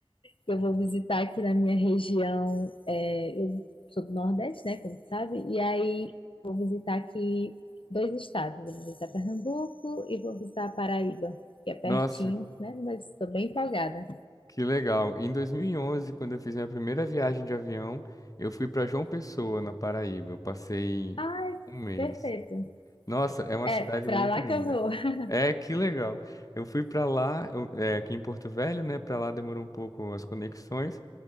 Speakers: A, on the left; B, on the left.
A: que eu vou visitar aqui na minha região. É, eu sou do Nordeste, né? Como sabe. E aí vou visitar aqui dois estados. Eu vou visitar Pernambuco e vou visitar a Paraíba, que é pertinho,
B: nossa,
A: né? Mas estou bem empolgada.
B: Que legal. Em 2011, quando eu fiz minha primeira viagem de avião, eu fui para João Pessoa, na Paraíba. Eu passei
A: Ai,
B: um mês.
A: perfeito.
B: Nossa, é uma
A: É,
B: cidade
A: pra
B: muito
A: lá
B: linda.
A: que eu vou. <laughs>
B: É, que legal. Eu fui para lá, eu- é, aqui em Porto Velho, né? Para lá demorou um pouco as conexões